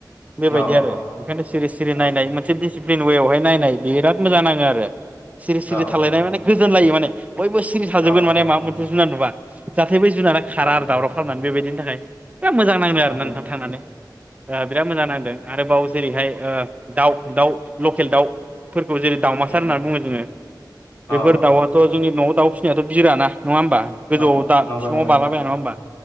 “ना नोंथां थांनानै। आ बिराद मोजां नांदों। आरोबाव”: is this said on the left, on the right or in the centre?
Right